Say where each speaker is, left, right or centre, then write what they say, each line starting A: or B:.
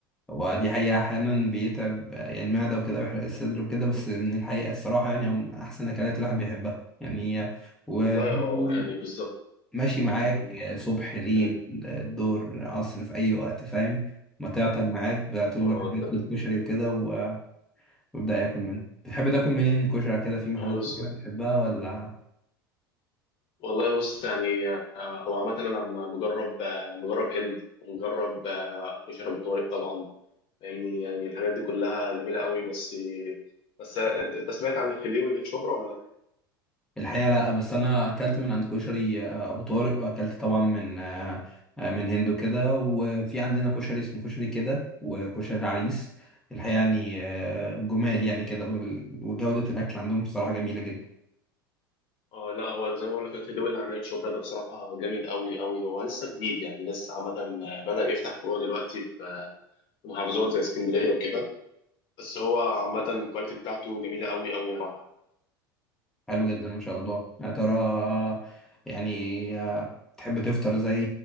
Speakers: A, in the centre; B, on the left.
A: هو دي حقيقة أحيانا بيتعب يعني المعدة وكده ويحرق الصدر وكده بس من الحقيقة الصراحة يعني هو من أحسن أكلات الواحد بيحبها يعني هي- وبرضه
B: والله اه يعني بالظبط
A: ماشي معاك
B: مم.
A: صبح ليل
B: انا
A: دور عصر في أي وقت فاهم ما تعطل معاك بقى طول
B: اه
A: الواحد بيطلب
B: انت فاهم.
A: كشري وكده و- ويبدأ ياكل منه بتحب تاكل منين كشري كده في محلات
B: اه بالظبط
A: معينة بتحبها ولا
B: والله بص يعني آه، هو عامة أنا م- مجرب آه، مجرب هند ومجرب آه، كشري أبو طارق طبعا يعني يعني الحاجات دي كلها جميلة قوي بس بس أنت سمعت عن الخليوي اللي في شبرا ولا
A: الحقيقة لا بس أنا أكلت من عند كشري آه، أبو طارق وأكلت طبعا من آه، آه، من هندو كده وفي عندنا كشري اسمه كشري كده وكشري عريس الحقيقة يعني آه،
B: لأ؟
A: جمال يعني كده وال- وجودة الأكل عندهم بصراحة جميلة جدا
B: اه لا هو زي ما بقول لك الخديوي اللي عند شبرا ده بصراحه جامد قوي قوي هو لسه جديد يعني لسه عامه بدا يفتح فروع دلوقتي في محافظات زي اسكندريه وكده بس هو عامه الكواليتي بتاعته جميله قوي قوي يعني بصراحه
A: حلو جدا ما شاء الله يا ترى آه، يعني آه، تحب تفطر زي